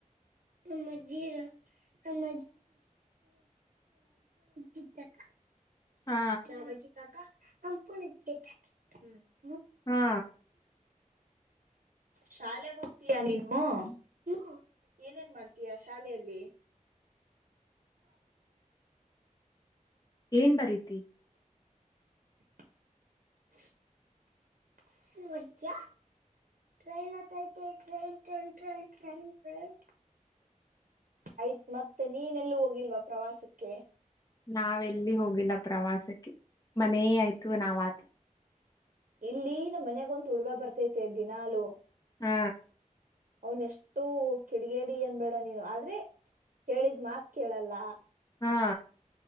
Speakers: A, on the right (about 75°); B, on the left (about 30°).
A: ನಮ್ಮ ಜೀರ ನಮ್ಮ <unintelligible> ತಕ್ಕ
B: ಹಾ
A: ನಮ್ ಅಜ್ಜಿ ತಾತ ಅಂಪುಣ. <unintelligible>
B: ಹಾ
A: ಶಾಲೆಗ್ ಹೋಗ್ತೀಯಾ ನೀನು ಹೂ ಏನೇನ್ ಮಾಡ್ತೀಯ ಶಾಲೆಯಲ್ಲಿ
B: ಏನ್ ಬರೀತ್
A: <inaudible> ನೋಡ್ತ್ಯಾ ಟೈನ್ ಆತೈತೆ ಟೈನ್ ಟೈನ್ ಟೈನ್ ಟೈನ್ ಟೈನ್ ಆಯ್ತ್ ಮತ್ತೆ ನೀನೆಲ್ಲೂ ಹೋಗಿಲ್ವಾ ಪ್ರವಾಸುಕ್ಕೆ
B: ನಾವೆಲ್ಲಿ ಹೋಗಿಲ್ಲ ಪ್ರವಾಸಕ್ಕೆ ಮನೇ ಆಯ್ತು ನಾವ್ ಆತು
A: ಇಲ್ಲಿ ನಮ್ಮ ಮನ್ಯಾಗೊಂದು ಹುಡ್ಗ ಬರ್ತೈತೆ ದಿನಾಲು
B: ಹಾ
A: ಅವ್ನ್ ಎಷ್ಟು ಕಿಡಿಗೇಡಿ ಅನ್ಬೇಡ ನೀನು ಆದ್ರೆ ಹೇಳಿದ್ ಮಾತ್ ಕೇಳಲ್ಲ
B: ಹಾ